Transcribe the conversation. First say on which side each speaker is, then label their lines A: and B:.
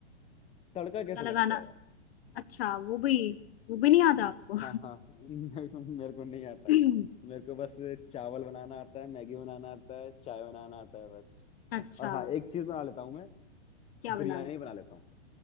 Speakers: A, on the left; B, on the left.
A: तड़का कैसे
B: तड़का लगाना
A: लगता है
B: अच्छा वो भी वो भी नहीं आता आपको
A: हाँ हाँ <laughs> मेरे को मेरे को नहीं आता
B: <laughs>
A: मेरे को बस चावल बनाना आता है मैगी बनाना आता है चाय बनाना आता है बस
B: अच्छा
A: और हाँ एक चीज बना लेता हूँ मैं
B: क्या बना
A: बिरयानी
B: लेता
A: बना
B: हूँ?
A: लेता हूँ